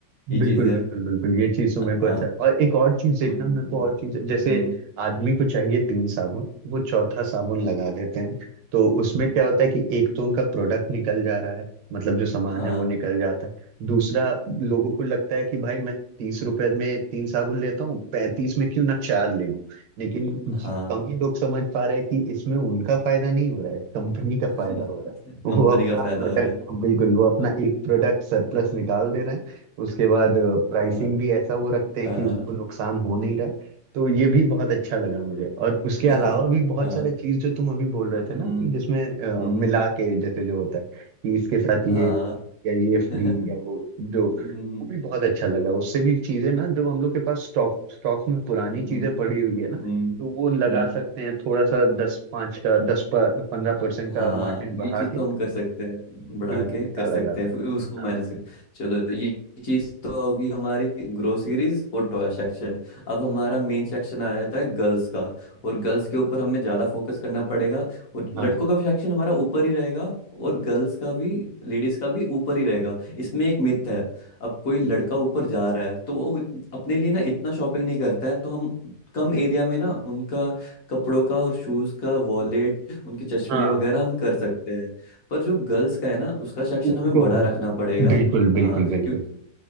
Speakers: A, on the left; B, on the right.
A: ये
B: बिल्कुल
A: चीज है
B: बिल्कुल बिल्कुल ये चीज तो मेरे को
A: हाँ
B: अच्छा और एक और चीज देखना
A: हम्म
B: मेरे को और चीज है, जैसे
A: हम्म
B: आदमी को चाहिए तीन साबुन वो चौथा साबुन लगा देते हैं तो
A: हम्म,
B: उसमें क्या होता है कि एक तो उनका प्रोडक्ट निकल जा रहा है मतलब जो सामान
A: हाँ
B: है वो निकल जाता है दूसरा लोगों को लगता है कि भाई मैं तीस रुपए में तीन साबुन लेता हूँ पैंतीस में क्यों ना चार ले लूं लेकिन बहुत
A: हाँ
B: कम ही लोग समझ पा रहे हैं कि इसमें उनका फायदा नहीं हो रहा है कंपनी का
A: <laughs>
B: फायदा हो रहा है
A: कंपनी
B: वो अपना
A: का
B: प्रोडक्ट
A: फायदा हो रहा है
B: बिल्कुल वो अपना एक प्रोडक्ट सरप्लस निकाल दे रहे हैं उसके बाद प्राइसिंग
A: हाँ
B: भी ऐसा वो रखते हैं
A: हाँ
B: कि उनको नुकसान हो नहीं रहा है। तो ये भी बहुत अच्छा लगा मुझे और उसके अलावा
A: हाँ
B: भी बहुत
A: हाँ,
B: सारे चीज जो तुम अभी बोल रहे थे ना
A: हम्म,
B: कि जिसमें अ,
A: हम्म,
B: मिला के जैसे जो होता है कि इसके साथ ये
A: हाँ
B: या ये फ्री
A: <laughs>
B: या वो जो
A: हम्म,
B: वो भी बहुत अच्छा लगा उससे भी चीजें ना जो हम लोग के पास स्टॉक स्टॉक में पुरानी चीजें
A: हम्म,
B: पड़ी हुई है ना
A: हम्म,
B: तो वो लगा
A: हम्म,
B: सकते हैं थोड़ा सा दस पाँच का दस पंद्रह परसेंट का
A: हाँ
B: मार्जिन बढ़ा
A: ये चीज तो
B: के
A: हम कर सकते हैं बढ़ा
B: बिल्कुल
A: के
B: निकाला
A: कर सकते
B: जा सकता
A: हैं फिर उसको माइनस
B: है
A: कर चलो ये चीज तो होगी हमारी ग्रोसरीज और टॉय सेक्शन अब हमारा मेन सेक्शन आ जाता है गर्ल्स का और गर्ल्स के ऊपर हमें ज्यादा फोकस करना पड़ेगा और लड़कों
B: हाँ
A: का भी सेक्शन हमारा ऊपर ही रहेगा और गर्ल्स का भी लेडीज का भी ऊपर ही रहेगा इसमें एक मिथ है अब कोई लड़का ऊपर जा रहा है तो वो इत- अपने लिए ना इतना शॉपिंग नहीं करता है तो हम कम एरिया में ना उनका कपड़ों का और शूज का वॉलेट उनके चश्मे
B: हाँ हाँ
A: वगैरह हम कर सकते हैं पर जो गर्ल्स का है ना उसका सेक्शन
B: उनको
A: हमें बड़ा
B: हाँ।
A: रखना पड़ेगा
B: बिल्कुल बिल्कुल
A: हाँ
B: बिल्कुल
A: क्यों